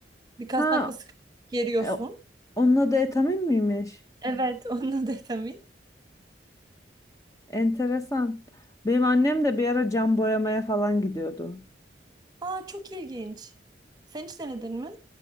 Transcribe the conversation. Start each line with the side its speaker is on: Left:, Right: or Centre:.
Right: Bir kasnakla
Left: Ha,
Right: sıkı geriyorsun.
Left: e, onun adı etamin miymiş?
Right: Evet, onun adı etamin.
Left: Enteresan. Benim annem de bir ara cam boyamaya falan gidiyordu.
Right: Aa çok ilginç. Sen hiç denedin mi?